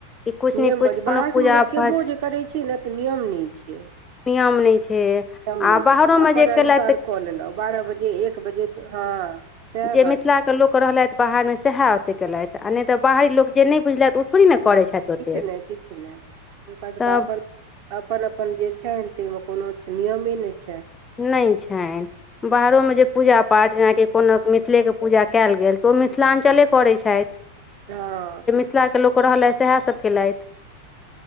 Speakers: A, on the left (about 15°); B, on the right (about 45°).
A: कि किछु
B: नियम
A: ने किछु
B: बाजू
A: कोनो
B: बाहर
A: पूजा
B: सेमे लोक केबो
A: पाठ
B: जे करै छै ने तऽ नियम नहि छै
A: पूर्णिया मे नहि छै
B: नियम
A: आ
B: नहि
A: बाहर
B: छै अपन
A: मे जे केलक
B: कऽ लेलहु बारह बजे एक बजे हँ सएह
A: जे मिथिला
B: बात छै
A: के लोग रहलथि बाहरमे साह ओतेक कयेलथि आ नहि तऽ बाहरी लोक जे नहि बुझलथि ओ थोड़े ने करै छथि ओतेक
B: किछ नहि किछ नहि हुनका सभके
A: तऽ
B: अपन अपन अपन जे छै ताहिमे कोनो नियमे नहि छै
A: नहि छै बाहरोमे जे पूजा पाठ जेनाकि कोनो मिथिलेके पूजा कयल गेल तऽ ओ मिथिलाञ्चले करैत छथि
B: ओह
A: मिथिला के लोग रहले सएह सब केलथि